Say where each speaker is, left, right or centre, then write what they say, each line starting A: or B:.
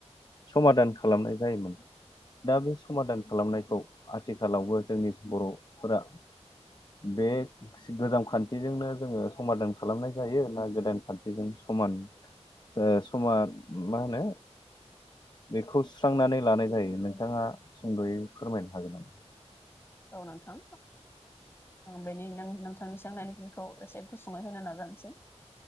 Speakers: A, on the left; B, on the left.
A: समादान खालामनाय जायोमोन। दा बे समादान खालामनायखौ आथिखालावबो जोंनि बर'फोरा बे गोजाम खान्थिजोंनो जोङो समादान खालामनाय जायो ना गोदान खान्थिजों समान समा मा होनो बेखौ सुस्रांनानै लानाय जायो नोंथाङा सुंद'यै फोरमायनो हागोन नामा?
B: औ नोंथां बेनि नोंथांनि सोंनायनि खौ एसे गुसुङै होनो नाजानसै